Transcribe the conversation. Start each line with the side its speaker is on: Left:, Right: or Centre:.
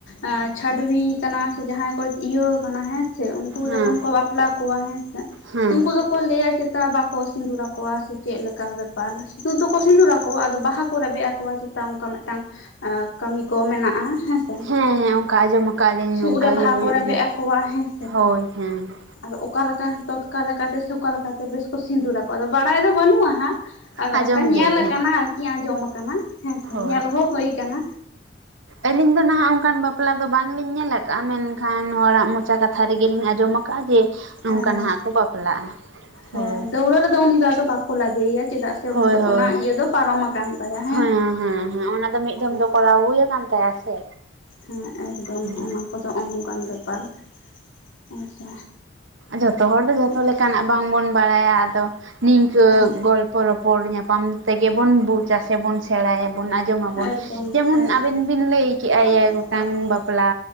Left: ᱮᱸᱜ, ᱪᱷᱟᱰᱣᱤ ᱠᱟᱱᱟ ᱥᱮ ᱡᱟᱦᱟᱸᱭ ᱠᱚ ᱤᱭᱟᱹᱣ ᱠᱟᱱᱟ ᱦᱮᱸ ᱥᱮ ᱩᱝᱠᱩ
Right: ᱦᱮᱸ
Left: ᱡᱚᱠᱷᱚᱱ ᱠᱚ ᱵᱟᱯᱞᱟ ᱠᱚᱣᱟ ᱦᱮᱸᱥᱮ
Right: ᱦᱮᱸ
Left: ᱩᱝᱠᱩ ᱫᱚᱠᱚ ᱞᱟᱹᱭᱟ ᱪᱮᱛᱟ ᱵᱟᱠᱚ ᱥᱤᱫᱩᱨ ᱟᱠᱚ ᱠᱚᱣᱟ ᱥᱮ ᱪᱮᱫ ᱞᱮᱠᱟ ᱥᱤᱸᱫᱩᱨ ᱫᱚᱠᱚ ᱥᱤᱸᱫᱩᱨ ᱟᱠᱚᱣᱟ ᱟᱫᱚ ᱵᱟᱦᱟ ᱠᱚ ᱨᱮᱵᱮᱫ ᱟᱠᱚᱣᱟ ᱪᱮᱛᱟ ᱚᱱᱠᱟ ᱢᱤᱫᱴᱟᱝ ᱠᱟᱹᱢᱤ ᱠᱚ ᱢᱮᱱᱟᱜᱼᱟ᱾ ᱦᱮᱸᱥᱮ,
Right: ᱦᱮᱸ ᱦᱮᱸ ᱚᱱᱠᱟ ᱟᱸᱡᱚᱢ ᱟᱠᱟᱫ ᱟᱹᱞᱤᱧ
Left: ᱥᱩᱫ
Right: ᱚᱱᱠᱟ
Left: ᱨᱮ ᱵᱟᱦᱟ
Right: ᱜᱮ ᱦᱩᱭᱩᱜ
Left: ᱠᱚ ᱨᱮᱵᱮᱫ
Right: ᱜᱮᱭᱟ
Left: ᱟᱠᱚᱣᱟ ᱦᱮᱸ
Right: ᱦᱳᱭ ᱦᱮᱸ
Left: ᱟᱫᱚ ᱚᱠᱟ ᱞᱮᱠᱟ ᱛᱚᱛᱠᱟ ᱞᱮᱠᱟᱛᱮ ᱥᱮ ᱚᱠᱟ ᱞᱮᱠᱟᱛᱮ ᱵᱮᱥ ᱠᱚ ᱥᱤᱸᱫᱩᱨ ᱟᱠᱚ ᱟᱫᱚ ᱵᱟᱲᱟᱭ ᱫᱚ ᱵᱟᱹᱱᱩᱜᱼᱟ ᱦᱟᱸᱜ ᱟᱫᱚ
Right: ᱟᱸᱡᱚᱢ
Left: ᱚᱱᱠᱟ ᱧᱮᱞ
Right: ᱜᱮ
Left: ᱟᱠᱟᱱᱟ
Right: ᱦᱮᱸ
Left: ᱟᱨᱠᱤ ᱟᱸᱡᱚᱢ ᱟᱠᱟᱱᱟ ᱦᱮᱸᱥᱮ
Right: ᱦᱳᱭ
Left: ᱧᱮᱞ ᱦᱚᱸ ᱦᱳᱭ ᱠᱟᱱᱟ᱾
Right: ᱟᱹᱞᱤᱧ ᱫᱚ ᱱᱟᱦᱟᱜ ᱚᱱᱠᱟᱱ ᱵᱟᱯ ᱵᱟᱯᱞᱟ ᱫᱚ ᱵᱟᱝᱞᱤᱧ ᱧᱮᱞ ᱟᱠᱟᱫᱼᱟ᱾ ᱢᱮᱱᱠᱷᱟᱱ ᱦᱚᱲᱟᱜ ᱢᱚᱪᱟ ᱠᱟᱛᱷᱟ ᱨᱮᱜᱮ ᱞᱤᱧ ᱟᱸᱡᱚᱢ ᱟᱠᱟᱫᱼᱟ ᱡᱮ ᱱᱚᱝᱠᱟ
Left: ᱦᱮᱸ
Right: ᱱᱟᱦᱟᱜ ᱠᱚ ᱵᱟᱯᱞᱟᱜᱼᱟ᱾
Left: ᱦᱮᱸ
Right: ᱦᱳᱭ
Left: ᱫᱟᱹᱣᱲᱟᱹ ᱨᱮᱫᱚ ᱩᱱᱤ ᱫᱚ ᱟᱫᱚ ᱵᱟᱠᱚ ᱞᱟᱫᱮᱭᱮᱭᱟ ᱪᱮᱫᱟᱜ ᱥᱮ
Right: ᱦᱳᱭ
Left: ᱩᱱᱤ ᱫᱚ
Right: ᱦᱳᱭ
Left: ᱚᱱᱟ ᱤᱭᱟᱹ ᱫᱚ ᱯᱟᱨᱚᱢᱟ ᱠᱟᱱ ᱠᱟᱱ ᱛᱟᱭᱟ
Right: ᱦᱮᱸ ᱦᱮᱸ ᱦᱮᱸ ᱚᱱᱟ ᱫᱚ ᱢᱤᱫ ᱫᱚᱢ
Left: ᱚᱱᱠᱟ
Right: ᱫᱚ ᱠᱚᱨᱟᱣ ᱦᱩᱭᱩ ᱟᱠᱟᱱ ᱛᱟᱭᱟ ᱥᱮ
Left: ᱦᱮᱸ ᱮᱠᱫᱚᱢ
Right: ᱦᱩᱸ
Left: ᱚᱱᱟ ᱠᱚᱫᱚᱜ ᱱᱚᱝᱠᱟᱱ ᱵᱮᱯᱟᱨ ᱦᱮᱸᱥᱮ
Right: ᱡᱷᱚᱛᱚ ᱦᱚᱲ ᱫᱚ ᱡᱷᱚᱛᱚ
Left: ᱟᱪᱪᱷᱟ
Right: ᱞᱮᱠᱟᱱᱟᱜ ᱵᱟᱝᱵᱚᱱ ᱵᱟᱲᱟᱭᱟ, ᱟᱫᱚ ᱱᱤᱝᱠᱟᱹ
Left: ᱦᱮᱸ
Right: ᱜᱚᱞᱯᱚ ᱨᱚᱯᱚᱲ ᱧᱟᱯᱟᱢ ᱛᱮᱜᱮ ᱵᱚᱱ ᱵᱩᱡ ᱟ ᱥᱮ ᱵᱚᱱ ᱥᱮᱬᱟᱭᱟ ᱵᱚᱱ ᱡᱚᱢᱟ ᱵᱚᱱ
Left: ᱮᱠᱫᱚᱢ
Right: ᱡᱮᱢᱚᱱ
Left: ᱮᱠᱫᱚᱢ
Right: ᱟᱵᱮᱱ ᱵᱤᱱ ᱞᱟᱹᱭ ᱠᱮᱜᱼᱟ
Left: ᱚᱱᱟ
Right: ᱮᱭᱟᱭ
Left: ᱠᱚᱫᱚ
Right: ᱜᱚᱴᱟᱝ
Left: ᱮᱠᱟᱞ ᱜᱮ
Right: ᱵᱟᱯᱞᱟ